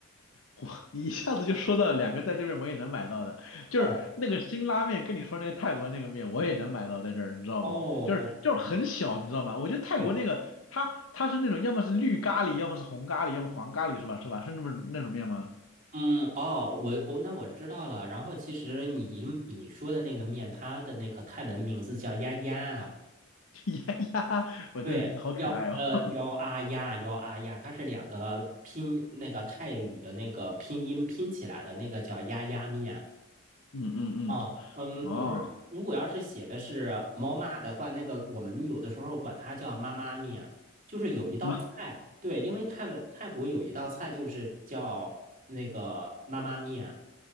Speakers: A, on the left; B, on the right.
A: 我你一下子就说到了两个在这边我也能买到的，就是那个辛拉面跟你说那个泰国那个面我也能买到在这儿，
B: 哦
A: 你知道不？
B: 哦哦，
A: 就是就是很小，你知道吗？我觉得泰国那个它它是那种要么是绿咖喱，
B: 对。
A: 要么是红咖喱，要么黄咖喱是吧？是吧？是那么那种面吗？
B: 嗯，哦，我我、那我知道了。然后其实你你说的那个面，它的那个泰文名字叫丫丫，
A: <laughs> 呀呀，我这名字好可爱哦。
B: 对，幺呃幺啊呀幺啊呀，它是两个拼那个泰语的那个拼音拼起来的那个叫丫丫面。
A: <laughs> 嗯嗯
B: 啊，嗯，
A: 嗯，哦，
B: 呃不是，如果要是写的是猫妈的话，那个我们有的时候管它叫妈妈面，就是有一道菜，
A: 妈
B: 对，因为泰文泰国有一道菜就是叫那个妈妈面。